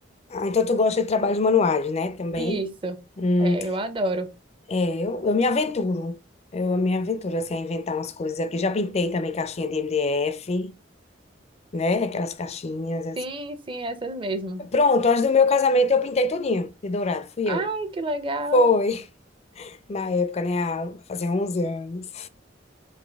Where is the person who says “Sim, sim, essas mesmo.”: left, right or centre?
Right